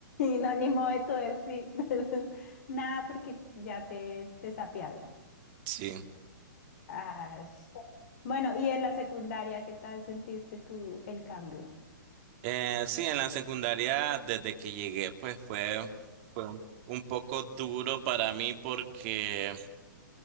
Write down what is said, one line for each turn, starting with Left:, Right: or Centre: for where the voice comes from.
Left: no, ni modo de tú decir <laughs> nada porque ya te, te sapearon.
Right: sí.
Left: Ay. Bueno, y en la secundaria, ¿qué tal sentiste tú el cambio?
Right: Eh, sí, en la secundaria, desde que llegué, pues fue, fue un un poco duro para mí porque